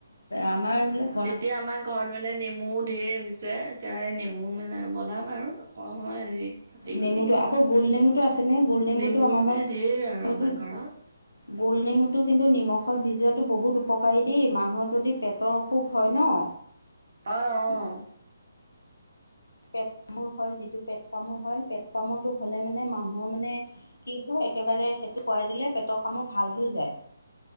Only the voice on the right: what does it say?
এতিয়া আমাৰ ঘৰত মানে নেমু ধেৰ হৈছে এতিয়া এই নেমু মানে বনাম আৰু অ হেৰি কাটি কুটি
নেমু
মানে
ঢেৰ আৰু আমাৰ ঘৰত
অ', অ'